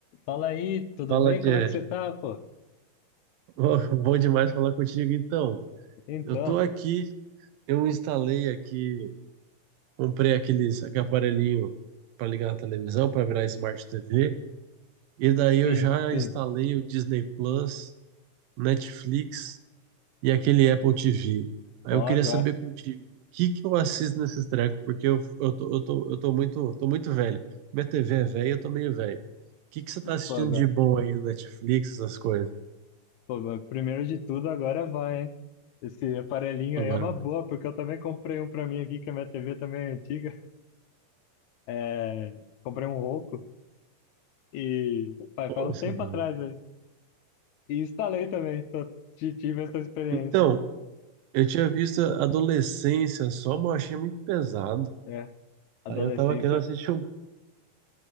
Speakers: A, on the left; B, on the right.
A: Fala aí, tudo
B: Fala,
A: bem?
B: Jeff.
A: Como é que você tá, pô?
B: Bo- <laughs> Bom demais falar contigo. Então,
A: Então,
B: eu tô aqui, eu instalei aqui, comprei aqueles, aquele aparelhinho para ligar na televisão, para virar Smart TV, e daí eu
A: sim,
B: já
A: sim.
B: instalei o Disney Plus, Netflix e aquele Apple TV. Aí
A: Ó,
B: eu queria
A: agora,
B: saber contigo, o que que eu assisto nesses trecos, porque eu, eu tô, eu tô, eu tô muito, tô muito velho. Minha TV é velha, eu tô meio velho. O que que você tá assistindo
A: pô, agora,
B: de bom aí no Netflix, essas coisas?
A: pô, mas primeiro de tudo, agora vai, hein? Esse aparelhinho
B: Agora
A: aí é uma
B: vai.
A: boa, porque eu também comprei um pra mim aqui, que a minha TV também é antiga. É, comprei um Roku e faz,
B: Pô,
A: faz
B: isso
A: um tempo
B: é bom.
A: atrás, né? E instalei também, tô, ti- tive essa experiência.
B: Então, eu tinha visto Adolescência só, mas eu achei muito pesado.
A: É, adolescência,
B: Aí eu tava querendo assistir um-